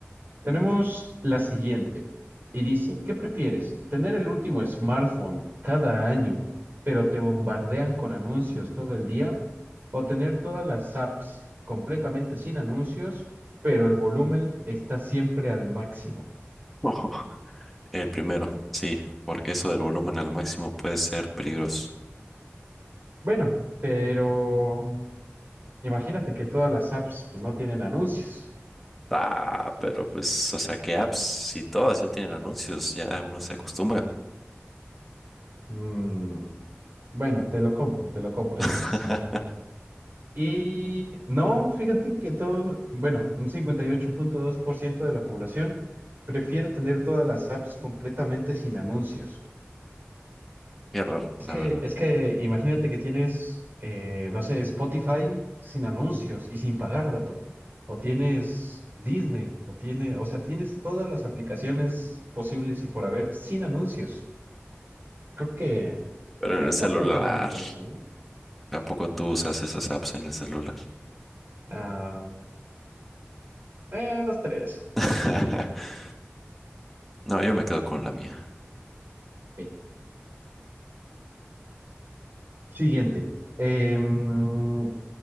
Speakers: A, on the right; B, in the centre.
A: tenemos la siguiente. Y dice, ¿qué prefieres? ¿Tener el último smartphone cada año, pero te bombardean con anuncios todo el día? ¿O tener todas las apps completamente sin anuncios, pero el volumen está siempre al máximo?
B: <laughs> El primero, sí, porque eso del volumen al máximo puede ser peligroso.
A: Bueno, pero imagínate que todas las apps pues no tienen anuncios.
B: Ah, pero pues, o sea, que apps, si todas ya tienen anuncios, ya uno se acostumbra.
A: Mm, Bueno, te lo compro, te lo compro esta
B: <laughs>
A: vez. Y no, fíjate que todo, bueno, un cincuenta y ocho punto dos por ciento de la población prefiere tener todas las apps completamente sin anuncios.
B: Qué raro,
A: Es
B: la
A: que,
B: verdad.
A: es que imagínate que tienes, eh, no sé, Spotify sin anuncios y sin pagar, vato. O tienes Disney, o tiene, o sea, tienes todas las aplicaciones posibles y por haber sin anuncios. Creo que,
B: Pero
A: creo que
B: en
A: es
B: el celular.
A: algo a tomar en cuenta, ¿eh?
B: ¿A poco tú usas esas apps en el celular?
A: Ah, eh, los tres.
B: <laughs> No, yo me quedo con la mía.
A: Ok. Siguiente. Em,